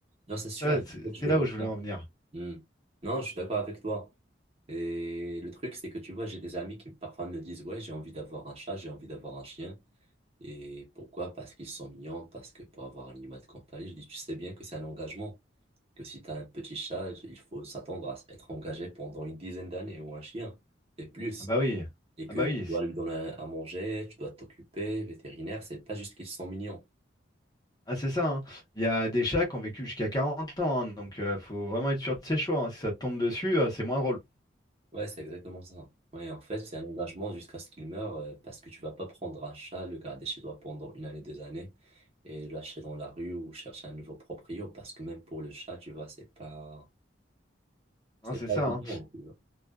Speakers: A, on the right; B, on the left.
A: non c'est sûr
B: Ça,
A: en
B: c'est
A: fait, je
B: c'est
A: le
B: là
A: vois
B: où je voulais
A: bien
B: en venir.
A: Hmm. non je suis d'accord avec toi Et le truc, c'est que tu vois, j'ai des amis qui parfois me disent, ouais, j'ai envie d'avoir un chat, j'ai envie d'avoir un chien. Et pourquoi? Parce qu'ils sont mignons, parce que pour avoir un animal de compagnie, je dis, tu sais bien que c'est un engagement, que si tu as un petit chat, il faut s'attendre à être engagé pendant une dizaine d'années ou un chien et plus.
B: Ah bah oui,
A: Et
B: ah
A: que
B: bah oui,
A: tu dois
B: c'est-
A: lui donner à manger, tu dois t'occuper, vétérinaire, c'est pas juste qu'ils sont mignons.
B: ah c'est ça. hein. Il y a des chats qui ont vécu jusqu'à 40 ans, hein, donc euh, faut vraiment être sûr de ses choix. hein. Si ça te tombe dessus, euh, c'est moins drôle.
A: Ouais, c'est exactement ça. Ouais, en fait, c'est un engagement jusqu'à ce qu'il meure euh, parce que tu vas pas prendre un chat, le garder chez toi pendant une année, deux années et le lâcher dans la rue ou chercher un nouveau proprio parce que même pour le chat, tu vois, c'est pas
B: Hein,
A: c'est
B: c'est
A: pas
B: ça.
A: évident.
B: hein.
A: tu vois.